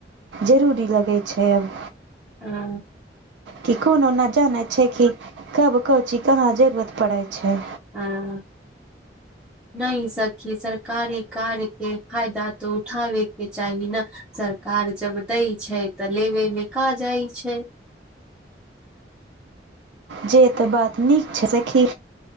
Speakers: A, on the right; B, in the centre.
A: जरूरी लगैत छैब
B: हँ
A: कि कोनो ने जाने छै कि कब कौची कहा जरूरत पड़े छै
B: हँ नहि सखी सरकारी कार्य के फायदा तो उठाबे के चाही ने सरकार कार जब दै छै तऽ लेबेमे का जाइ छै <inaudible>
A: जे त बात नीक छै सखी